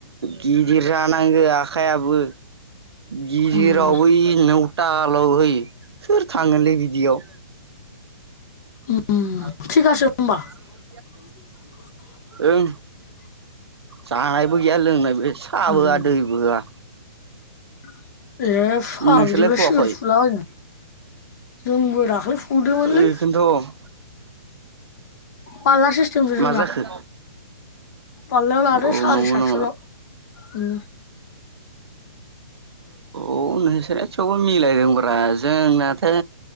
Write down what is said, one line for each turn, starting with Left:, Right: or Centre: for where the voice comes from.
Right: गिदिर जानांगो आखाइयाबो गिदिरावबो
Left: उम
Right: इनाव तालाव होयो सोर थाङोनोलै बिदियाव।
Left: उम
Right: <unintelligible>
Left: थिखासो होमबा <inaudible> <inaudible>
Right: ओं जानायबो गैया लोंनायबो बे साबो
Left: उम
Right: होया दैबो होया
Left: <unintelligible> ए फागजोबालाय
Right: नोंसोरलाय फुवाखै
Left: सोर फुला बायनो, जोंबो दाख्लै फुदोंमोनलै
Right: ओ इखोन्थ'
Left: पाल्ला सिस्टेमसो
Right: मा
Left: जोंना
Right: जाखो
Left: पाल्लायाव लादो
Right: औ
Left: सारि
Right: नंगौ
Left: सातस'ल'
Right: नामा
Left: उम
Right: औ नोंसोरना थेवबो मिलायदोंब्रा जोंनाथो